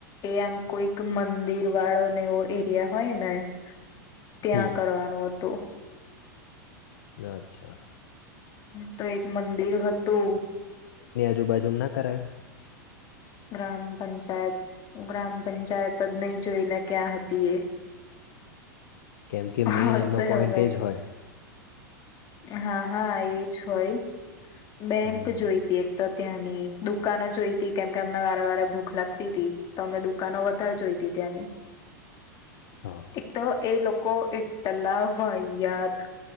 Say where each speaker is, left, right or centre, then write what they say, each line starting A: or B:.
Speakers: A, on the left; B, on the left.
A: એ આમ કોઈક મંદિર વાળોને એવો એરિયા હોય ને ત્યાં
B: હમ.
A: કરવાનું હતું.
B: અચ્છા.
A: તો એક મંદિર હતું.
B: એક બાજુ ના કરાય.
A: ગ્રામ પંચાયત, ગ્રામ પંચાયત જ નહી જોઈને ક્યાં હતી એ.
B: કેમ કે મેઈન
A: હશે
B: એમનો પોઈન્ટ
A: હવે
B: એ જ હોય.
A: હા હા એજ હોય. બેંક
B: હમ
A: જોઈતી એક. તો ત્યાંની દુકાનો જોઈતી કેમ કે અમને વારે વારે ભૂખ લાગતી તી તો અમે દુકાનો વધારે જોઈતી ત્યાંની.
B: હા
A: એક તો એ લોક એટલા વાહિયાત